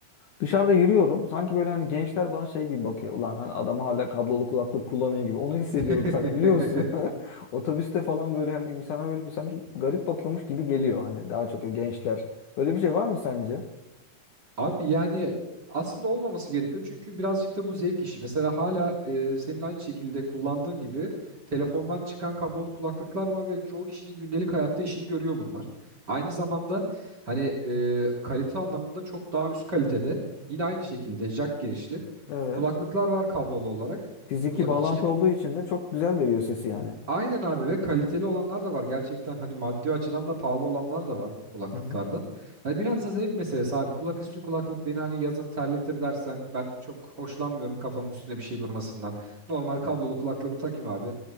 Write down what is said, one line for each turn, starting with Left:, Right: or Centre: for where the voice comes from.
Left: Dışarıda yürüyorum. Sanki böyle hani gençler bana şey gibi bakıyor. Ulan hani adam hala kablolu kulaklık kullanıyor gibi. Onu hissediyorum
Right: <laughs>
Left: sanki biliyor musun? <laughs> Otobüste falan böyle hani insanlar böyle bir sanki garip bakıyormuş gibi geliyor. Hani daha çok gençler. Öyle bir şey var mı sence?
Right: Abi yani aslında olmaması gerekiyor çünkü birazcık da bu zevk işi. Mesela hala e, senin aynı şekilde kullandığın gibi telefondan çıkan kablolu kulaklıklar var ve çoğu kişinin gündelik hayatta işini görüyor bunlar. Aynı zamanda hani e, kalite anlamında çok daha üst kalitede yine aynı şekilde jack girişli
Left: Evet.
Right: kulaklıklar var kablolu olarak
Left: Fiziki
Right: kulak
Left: bağlantı
Right: içi.
Left: olduğu için de çok güzel veriyor sesi yani.
Right: Aynen abi ve kaliteli olanlar da var. Gerçekten hani maddi açıdan da pahalı olanlar da var bu kulaklıklardan.
Left: Hı hı.
Right: Yani biraz da zevk meselesi abi. Kulak üstü kulaklık beni hani yazın terletir dersen ben çok hoşlanmıyorum kafamın üstüne bir şey durmasından. Normal kablolu kulaklığımı takayım abi.